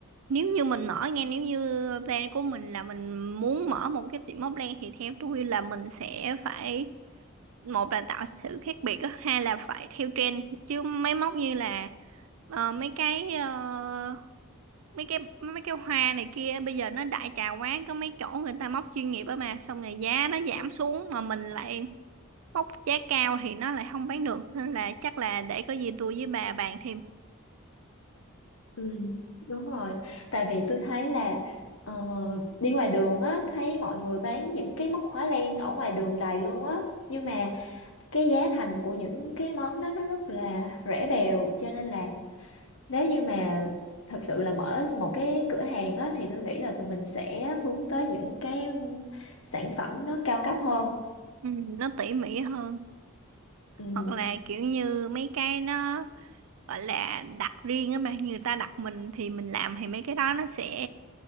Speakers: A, on the right; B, on the left.
A: nếu như mình mở nghe nếu như plan của mình là mình muốn mở một cái tiệm móc len thì theo tôi là mình sẽ phải một là tạo sự khác biệt á, hai là phải theo trend chứ máy móc như là ờ, mấy cái ờ, mấy cái mấy cái hoa này kia bây giờ nó đại trà quá có mấy chỗ người ta móc chuyên nghiệp á mà xong rồi giá nó giảm xuống mà mình lại móc giá cao thì nó lại không bán được nên là chắc là để có gì tôi với bà bàn thêm
B: ừ đúng rồi tại vì tôi thấy là ờ, đi ngoài đường á thấy mọi người bán những cái móc khóa len ở ngoài đường đầy luôn á nhưng mà cái giá thành của những cái món đó nó rất là rẻ bèo cho nên là nếu như mà thật sự là mở một cái cửa hàng á thì tôi nghĩ là tụi mình sẽ hướng tới những cái um, sản phẩm nó cao cấp hơn
A: ừ, nó tỉ mỉ hơn
B: ừ
A: hoặc là kiểu như mấy cái nó gọi là đặt riêng á mà như người ta đặt mình thì mình làm thì mấy cái đó nó sẽ